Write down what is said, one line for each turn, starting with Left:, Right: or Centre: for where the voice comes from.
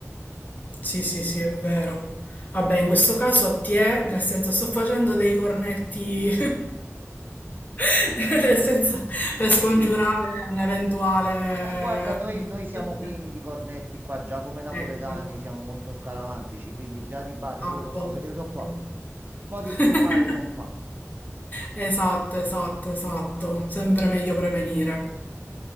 Left: sì, sì, sì, è vero. Vabbè, in questo caso ti è, nel senso sto facendo dei cornetti, <laughs> nel senso per
Right: Sì,
Left: scongiurare un eventuale
Right: Ah, guarda,
Left: accadimento.
Right: noi, noi siamo pieni di cornetti qua, già come napoletani
Left: Ecco,
Right: siamo molto scaramantici, quindi già di base pure
Left: a
Right: con questo
Left: posto,
Right: periodo
Left: a
Right: qua,
Left: posto.
Right: un po'
Left: <laughs>
Right: di più male non fa.
Left: Esatto, esatto, esatto. Sempre meglio prevenire.